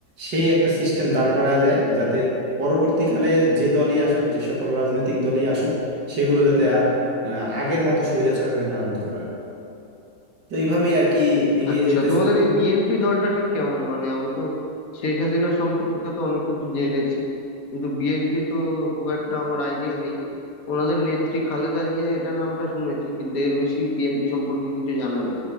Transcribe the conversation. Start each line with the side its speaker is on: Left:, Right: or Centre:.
Right: সেই একটা সিস্টেম দাঁড় করা যায় যাতে পরবর্তীকালে যে দলই আসুক যে সকল রাজনৈতিক দলই আসুক সেগুলো যাতে আর আহ, আগের মতো স্বৈরাচার হয়ে না উঠতে পারে তো এইভাবেই আর কি এগিয়ে
Left: আচ্ছা
Right: যাইতেছে
Left: তোমাদের এই বিএনপি দলটা ঠিক কেমন মানে আমি তো শেখ হাসিনা সম্পর্কে তো অনেক কিছু জেনেছি কিন্তু বিএনপি তো খুব একটা আমার আইডিয়া নেই ওনাদের নেত্রী খালেদা জিয়া এটা নামটা শুনেছি কিন্তু এর বেশি বিএনপি সম্পর্কে কিছু জানা নেই